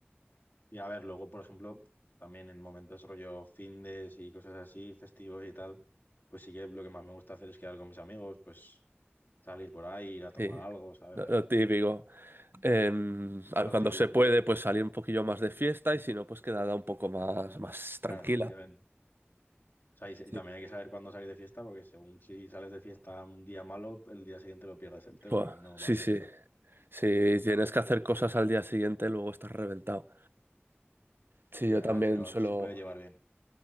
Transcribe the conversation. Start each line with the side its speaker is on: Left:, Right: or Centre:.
Left: y a ver, luego, por ejemplo, también en momentos rollo findes y cosas así, festivos y tal, pues sí que lo que más me gusta hacer es quedar con mis amigos, pues salir por ahí, ir a tomar
Right: Sí,
Left: algo, ¿sabes?
Right: lo, lo típico. Em, a-
Left: Lo
Right: cuando
Left: típico.
Right: se puede, pues salir un poquillo más de fiesta y si no, pues quedada un poco más, más tranquila.
Left: Claro, efectivamente. O sea, y, se- y
Right: Sí.
Left: también hay que saber cuándo salir de fiesta, porque según si sales de fiesta un día malo, el día siguiente lo pierdes entero
Right: Buah,
Left: y no
Right: sí,
Left: va bien
Right: sí.
Left: eso.
Right: Si tienes que hacer cosas al día siguiente, luego estás reventado. Sí,
Left: Sí,
Right: yo
Left: a
Right: también
Left: ver, pero
Right: suelo.
Left: se puede llevar bien.